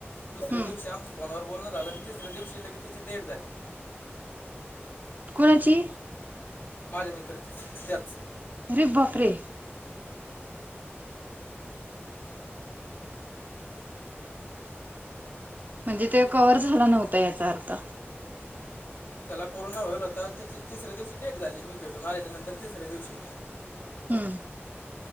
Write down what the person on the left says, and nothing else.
दुसऱ्या
दिवशी‌ आमचं फोनावर‌ बोलणं झालं, तिसऱ्या दिवशी लगी ‌ तिची डेट झाली.
माझ्या मितराचीच त्याच.
त्याला कोरोना होईल होता त्याची तिसऱ्या दिवशी डेट झाली मी भेटून आल्याच्या नंतर तिसऱ्या दिवशी.